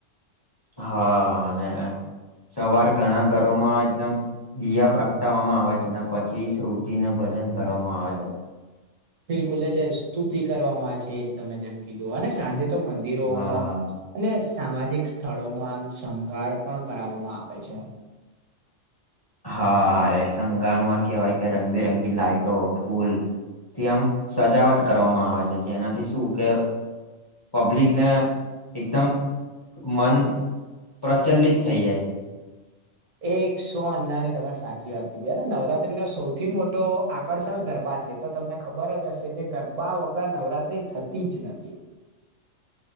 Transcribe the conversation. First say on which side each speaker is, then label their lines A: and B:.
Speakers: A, on the left; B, on the right.
A: હા અને સવાર ઘણા ઘરોમાં એકદમ દીયા પ્રગટાવવામાં આવે છે અનેને પછી શ્રુતિને ભજન કરવામાં આવે છે.
B: બિલકુલ એટલે સ્તુતિ કરવામાં આવે છે એ તમે જેમકી દો અને સાંજે તો મંદિરોમાં
A: હા
B: અને સામાજિક સ્થળોમાં આમ સંંગાળ પણ કરાવવામાં આવે છે.
A: હા એ સંગારમાં કેવાય કે રંગબેરંગી લાાઈટો ફૂલ થી આમ સજાવટ કરવામાં આવે છે જેનાથી શું કે પબ્લિકને એકદમ મન પ્રચલિત થઈ જાય.
B: એક સો અન્નાની તમે સાચી વાત કીધી નવરાત્રી નો સૌથી મોટો આકર્ષણ ગરબા છે. તો તમને ખબર જ હશે કે ગરબા વગર નવરાત્રી થતી જ નથી.